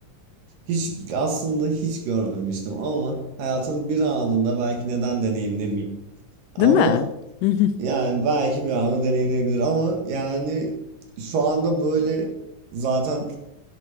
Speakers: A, on the right (about 85°); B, on the left (about 85°).
A: Hiç aslında hiç görmemiştim ama hayatın bir anında belki neden deneyimlemeyeyim. Ama
B: Değil mi? Hı hı.
A: yani belki bir anı deneyimleyebilir ama yani şu anda böyle zaten